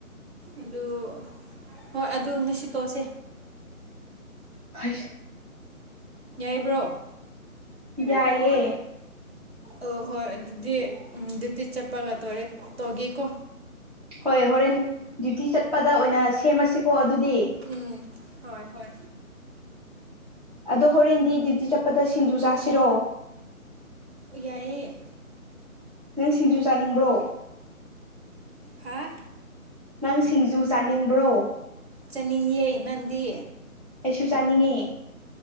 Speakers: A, on the right; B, on the right.
A: ꯑꯗꯨ ꯍꯣꯏ ꯑꯗꯨ ꯉꯁꯤ ꯇꯧꯁꯦ
B: ꯍꯩꯁ
A: ꯌꯥꯏꯕ꯭ꯔꯣ
B: ꯌꯥꯏꯌꯦ
A: ꯑꯣ ꯍꯣꯏ ꯑꯗꯨꯗꯤ ꯗ꯭ꯌꯨꯇꯤ ꯆꯠꯄꯒ ꯇꯧꯔꯦ ꯇꯧꯒꯦꯀꯣ
B: ꯍꯣꯏ ꯍꯣꯔꯦꯟ ꯗ꯭ꯌꯨꯇꯤ ꯆꯠꯄꯗ ꯑꯣꯏꯅ ꯁꯦꯝꯃꯁꯤꯀꯣ ꯑꯗꯨꯗꯤ
A: ꯎꯝ ꯍꯣꯏ ꯍꯣꯏ
B: ꯑꯗꯣ ꯍꯣꯔꯦꯟꯗꯤ ꯗ꯭ꯌꯨꯇꯤ ꯆꯠꯄꯗ ꯁꯤꯡꯖꯨ ꯆꯥꯁꯤꯔꯣ
A: ꯌꯥꯏꯑꯦ
B: ꯅꯪ ꯁꯤꯡꯖꯨ ꯆꯥꯅꯤꯡꯕ꯭ꯔꯣ
A: ꯍꯥ
B: ꯅꯪ ꯁꯤꯡꯖꯨ ꯆꯥꯅꯤꯡꯕ꯭ꯔꯣ
A: ꯆꯥꯅꯤꯡꯉꯦ ꯅꯪꯗꯤ
B: ꯑꯩꯁꯨ ꯆꯥꯅꯤꯡꯉꯦ